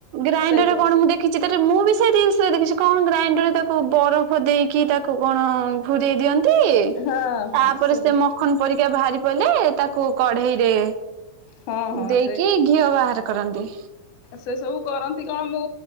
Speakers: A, on the right; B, on the left.
A: ଗ୍ରାଇଣ୍ଡରରେ
B: ସେଇଟା
A: କଣ ମୁ ଦେ ଖିଛି ତାଟରେ ମୁଁ ବି ସେଇ ରିଲ୍ସ ରେ ଦେଖିଛି, କଣ ଗ୍ରାଇଣ୍ଡର ରେ ତାକୁ ବରଫ ଦେଇକି ତାକୁ କଣ ଭୁରେଇ ଦିଅନ ତି
B: ହଁ ହଁ
A: ତାପରେ
B: ସେଇଟା
A: ସେ ମଖନ ପରିକା ବାହାରି ପଡ଼ିଲେ, ତାକୁ କଢେଇରେ
B: ହଁ ହଁ
A: ଦେଇକି
B: ସେ
A: ଘିଅ ବାହାର କରନ୍ତି।
B: ସେ ସବୁ କରନ୍ତି କଣ ମୁଁ